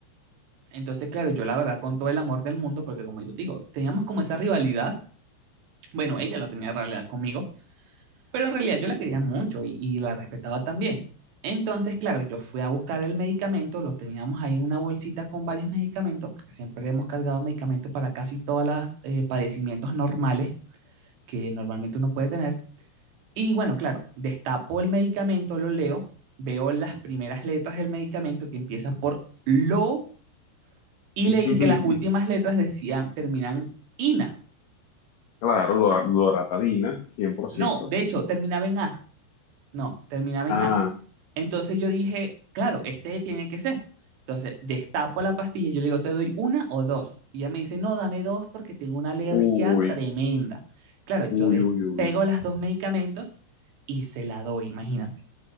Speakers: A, on the right; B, on the left.
A: Entonces, claro, yo la verdad con todo el amor del mundo, porque como yo te digo, teníamos como esa rivalidad, bueno, ella la tenía en realidad conmigo, pero en realidad yo la quería mucho y, y la respetaba también. Entonces, claro, yo fui a buscar el medicamento, lo teníamos ahí en una bolsita con varios medicamentos, porque siempre hemos cargado medicamentos para casi todos los padecimientos normales que normalmente uno puede tener. Y bueno, claro, destapo el medicamento, lo leo, veo las primeras letras del medicamento que empiezan por lo y
B: <laughs>
A: leí que las últimas letras decían, terminan ina.
B: Claro, lo, loratadina, 100%.
A: No, de hecho, terminaba en a. No, terminaba
B: Ah,
A: en a. Entonces yo dije, claro, este tiene que ser. Entonces destapo la pastilla y yo le digo, ¿te doy una o dos? Y ella me dice, no, dame dos porque tengo una alergia
B: uy,
A: tremenda. Claro, yo
B: uy,
A: despego
B: uy, uy.
A: las dos medicamentos y se la doy, imagínate.